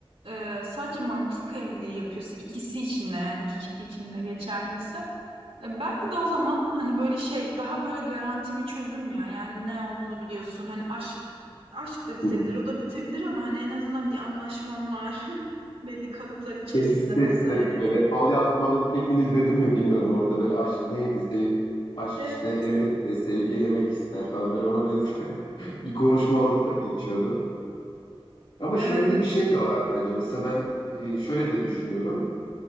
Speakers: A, on the right; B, on the left.
A: e, sadece mantık evliliği yapıyorsa ikisi için de yani iki kişi için de geçerliyse e, Belki de o zaman hani böyle şey daha böyle garanti bir çözüm ya. Yani ne olduğunu biliyorsun. Hani aşk aşk da bitebilir,
B: hı hı.
A: o da bitebilir ama hani en azından bir anlaşman var. <laughs> Belli kalıplar içerisinde
B: Şey hissettim
A: vesaire.
B: böyle Al Yazmalım filmini izledim mi bilmiyorum orada böyle aşk neydi sev aşk
A: Evet.
B: işte emek de sevgi emek ister falan böyle ona benzer <laughs> bir konuşma orada da geçiyordu. Ama
A: Evet.
B: şöyle de bir şey de var bence. Mesela ben e, şöyle de düşünüyorum.